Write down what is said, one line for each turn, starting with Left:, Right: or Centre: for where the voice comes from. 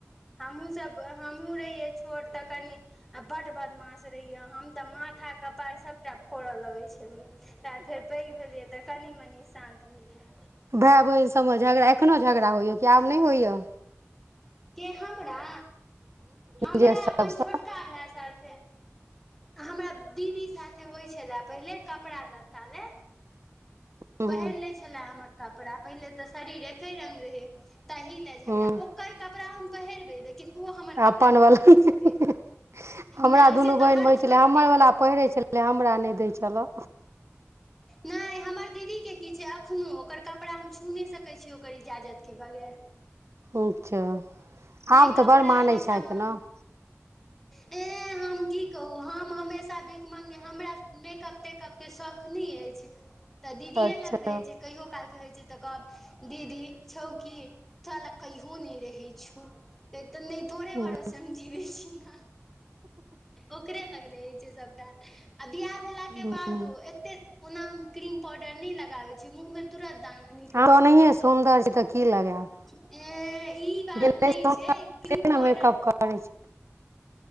Centre: हमहूँ सब हमहुँ रहिय छोट तऽ कनि आ बड़ बदमास रहैए हम तऽ माथा कपार सभटा फोड़य लगै छलियै ता फेर पैग भेलियै तऽ कनि मनि शान्त भेलियै
Right: भाई बहिन सभमे झगड़ा एखनो झगड़ा होइया कि आब नहि होइआ
Centre: के हमरा हमरा
Right: जे सबसँ
Centre: अपन छोटका भाई साथे हमरा दीदी साथे होइ छलै पहिले कपड़ा लत्ता ले
Right: हूँ
Centre: पहिर लै छले हमर कपड़ा पहिनेे तऽ शरीर एके रंग रहै तहि लए झगड़ा
Right: हूँ
Centre: ओकर कपड़ा हम पहिरबै लेकिन ओ हमर
Right: तै
Centre: कपड़ा
Right: अपन
Centre: नहि
Right: वला
Centre: पहिर
Right: <unintelligible>
Centre: सकैए
Right: हमरा
Centre: नहि
Right: दुनू
Centre: से तऽ
Right: बहिन
Centre: हर
Right: होइत
Centre: छोट
Right: छलै हमर
Centre: के
Right: वला पहिरै छलै तै हमरा नहि दै छलऽ
Centre: नाए हमर दीदीके की छै एखनोहु ओकर कपड़ा हम छू नहि सकैत छी ओकर इज्जात के बगैर
Right: <unintelligible>
Centre: नहि
Right: आब तऽ
Centre: कपड़ा
Right: बड़ मानै
Centre: नहि
Right: छैथ
Centre: सामान
Right: ने <inaudible>
Centre: ए हम की कहु हम हमेश भीखमंगे हमरा मेकअप तेकअप के शौख नै अइ तऽ दीदीये
Right: अच्छा
Centre: लग रहे छै कहियो काल कहै छै तऽ कहब दीदी छौ कि तोरा लग कहियो नहि रहै छौ तै नहि तोरे
Right: हूँ
Centre: भरोसे हम जीबै छी न ओकरे लग रहे छै सभटा आ बियाह भेलाके
Right: हूँ
Centre: बदो एते ओना हम क्रीम पाउडर नहि लगाबै छी मुंह मे तुरत दाना निकलि
Right: आहां त ओनाहिये स सुंदर छी तऽ की लगायब
Centre: तै इ बात
Right: जे
Centre: नहि
Right: सुन्दर
Centre: छै क्रीम
Right: छी ने
Centre: पाउडर
Right: मेकअप करै छै